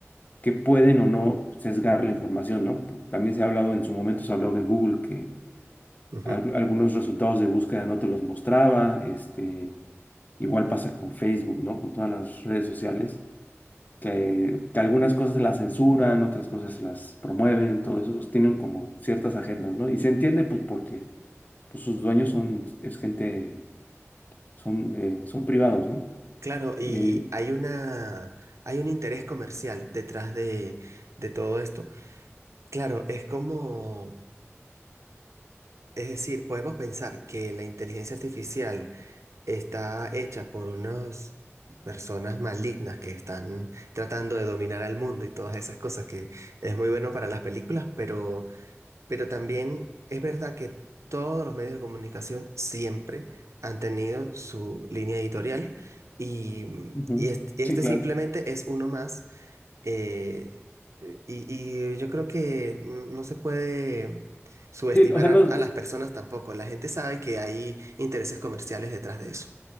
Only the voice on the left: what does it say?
que pueden o no sesgar la información, ¿no? Porque También se ha hablado en su momento, se ha hablado de Google que
al- algunos resultados de búsqueda no te los mostraba, este, igual pasa con Facebook, ¿no? Con todas las redes sociales, que, que algunas cosas las censuran, otras cosas las promueven, todos esos tienen como ciertas agendas, ¿no? Y se entiende pues porque pues, sus dueños son, es gente, son, eh, son privados, ¿no?
Eh,
ujú.
Sí,
claro.
Sí, o sea,
no,